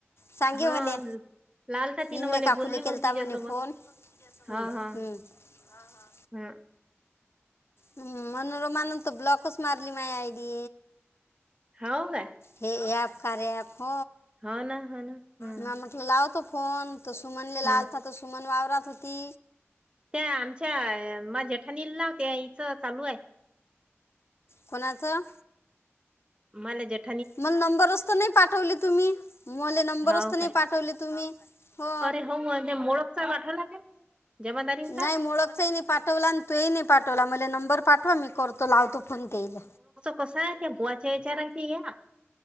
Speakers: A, on the left (about 65°); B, on the right (about 20°).
A: सांगे
B: हा
A: मले
B: लालता तिनं
A: इंगळे
B: मला
A: काकूले
B: बोलली
A: केलता
B: मग तिच्यासोबत
A: म्हणे फोन, हम्म
B: हा हा
A: हम्म हा हा
B: हा
A: ह मनोरमानंतर ब्लॉकच मारली माझ आयडी
B: हो का?
A: हे ॲप कार्य अँप
B: हा ना हा ना हम्म
A: म म्हटलं लावतो फोन त सुमनलेला
B: हा
A: आलता त सुमन वावरात होती
B: त्या आमच्या माझ्या जेठा नीला नाव त्या इचं चालू आहे.
A: कोणाचं?
B: मला जट
A: मला नंबर असत नाही पाठवले तुम्ही मला नंबर
B: हाव
A: असत नाही
B: काय
A: पाठवले तुम्ही! हो
B: अरे मग ते मोळकचा पाठवला काय जमादारींचा
A: नाहीळखच नाही पा पाठवला आणि तूही नाही पाठवला मला नंबर पाठवा मी करतो लावतो फोन ते येईल.
B: कस आहे त्या बुवाच्या विचारां ते या